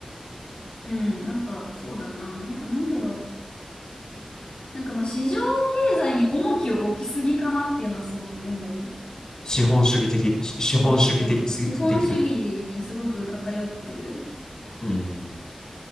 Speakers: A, on the left; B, on the left.
A: うん、なんかそうだな、な、なんだろう。なんかまあ市場経済に重きを置きすぎかなっていうのはすごく思う。
B: 資本主義的、し資本主義的すぎできるってこと。
A: そうそう。資本主義にすごく偏ってる。
B: うんうんうん。